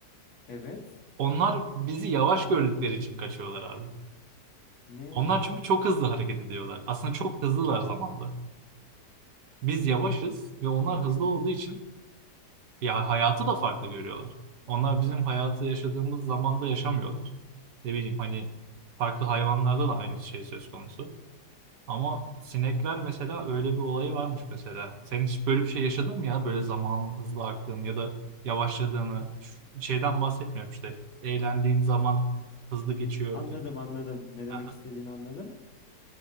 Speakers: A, on the left; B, on the right.
A: Evet.
B: Onlar bizi yavaş gördükleri için kaçıyorlar abi.
A: Ne?
B: Onlar çünkü çok hızlı hareket ediyorlar. Aslında çok hızlılar zamanda. Biz yavaşız ve onlar hızlı olduğu için ya hayatı da farklı görüyorlar. Onlar bizim hayatı yaşadığımız zamanda yaşamıyorlar. Ne bileyim hani farklı hayvanlarda da aynı şey söz konusu. Ama sinekler mesela öyle bir olayı varmış mesela. Sen hiç böyle bir şey yaşadın mı ya? Böyle zamanın hızlı aktığını ya da yavaşladığını. Ş- Şeyden bahsetmiyorum işte. Eğlendiğin zaman hızlı geçiyor.
A: Anladım, anladım. Ne demek
B: Aha.
A: istediğini anladım.